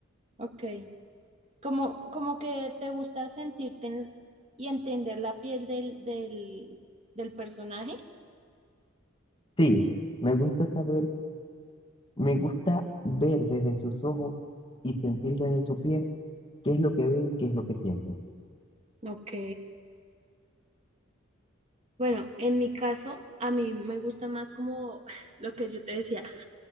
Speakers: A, on the right; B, on the left.
A: Ok, como, como que te gusta sentirte en- y entender la piel del, del, del personaje.
B: Sí, me gusta saber, me gusta ver desde sus ojos y sentir desde su piel qué es lo que ve y qué es lo que siente.
A: Ok. Bueno, en mi caso, a mí me gusta más como <laughs> <sighs> lo que yo te decía,